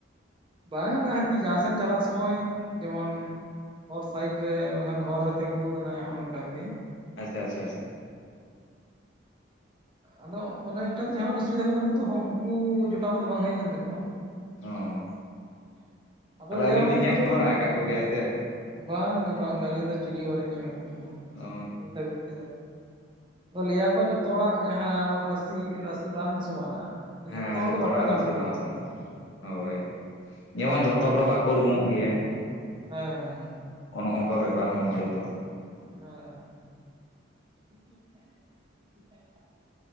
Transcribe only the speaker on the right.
ᱵᱟᱝ ᱟᱨᱠᱤ ᱡᱟᱦᱟᱸᱥᱮᱱ ᱪᱟᱞᱟᱜ ᱥᱚᱢᱚᱭ ᱡᱮᱢᱚᱱ ᱦᱚᱨ ᱥᱟᱭᱤᱰ ᱨᱮ ᱵᱟᱝᱠᱷᱟᱱ ᱦᱚᱨ ᱨᱮ ᱛᱤᱸᱜᱩᱣ ᱟᱠᱟᱱᱟ ᱦᱚᱜ ᱚ ᱱᱚᱝᱠᱟ ᱟᱨᱠᱤ᱾
ᱟᱫᱚ ᱚᱩᱱᱟᱹᱜ ᱮᱠᱴᱟ ᱫᱚ ᱡᱟᱦᱟᱱᱟᱜ ᱚᱥᱩᱵᱤᱫᱟ ᱠᱚ ᱩᱱᱠᱩ ᱫᱚ ᱩᱱᱠᱩ ᱡᱚᱴᱟᱣ ᱠᱚᱫᱚ ᱵᱟᱝ ᱦᱩᱭ ᱠᱟᱱ ᱛᱟᱠᱚᱣᱟ᱾
ᱟᱫᱚ
ᱞᱟᱹᱭᱟ
ᱠᱚ
ᱩᱝᱠᱩ
ᱫᱚ
ᱵᱟᱝ ᱜᱮ ᱵᱟᱝ ᱜᱮ ᱟᱹᱞᱤᱧ ᱫᱚ ᱪᱤᱞᱤ ᱦᱚᱸ ᱵᱟᱞᱤᱧ ᱧᱟᱢ ᱟᱠᱟᱫ ᱠᱚᱣᱟ,
ᱱᱤᱛ ᱫᱷᱟᱹᱵᱤᱡ ᱛᱮᱫᱚ᱾ ᱞᱟᱹᱭᱟᱠᱚ ᱡᱷᱚᱛᱚ ᱦᱚᱲᱟᱜ ᱡᱟᱦᱟᱸ ᱨᱟᱹᱥᱤ ᱨᱟᱥᱤ ᱵᱟᱝ ᱥᱚᱢᱟᱱᱟ᱾
ᱡᱷᱚᱛᱚ ᱦᱚᱲ ᱫᱚ ᱵᱟᱠᱚ
ᱧᱟᱢ ᱠᱚᱣᱟ
ᱟᱨᱠᱤ᱾
ᱦᱮᱸ ᱦᱮᱸ
ᱦᱚᱭ